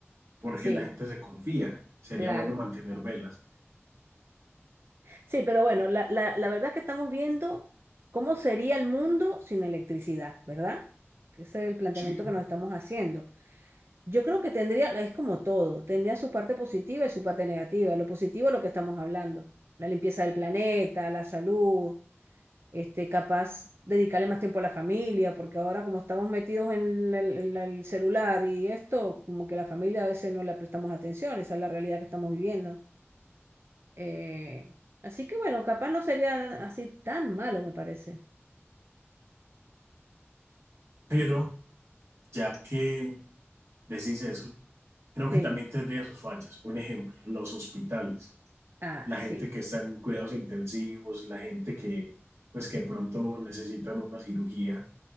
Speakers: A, on the right (about 75°); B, on the right (about 60°).
A: porque
B: Sí,
A: la gente se confía. Sería
B: claro.
A: bueno mantener velas.
B: Sí, pero bueno, la, la, la verdad es que estamos viendo cómo sería el mundo sin electricidad, ¿verdad? Ese es el planteamiento
A: Sí.
B: que nos estamos haciendo. Yo creo que tendría, es como todo, tendría su parte positiva y su parte negativa. Lo positivo es lo que estamos hablando, la limpieza del planeta, la salud, este, capaz dedicarle más tiempo a la familia, porque ahora como estamos metidos en, la- en la- el celular y esto, como que la familia a veces no le prestamos atención, esa es la realidad que estamos viviendo. Eh, así que bueno, capaz no sería así tan malo, me parece.
A: Pero ya que decís eso, creo
B: Sí,
A: que también tendría sus fallas. Un ejemplo, los hospitales,
B: ah,
A: la
B: sí,
A: gente que está en cuidados intensivos, la gente que, pues, que de pronto necesitan una cirugía,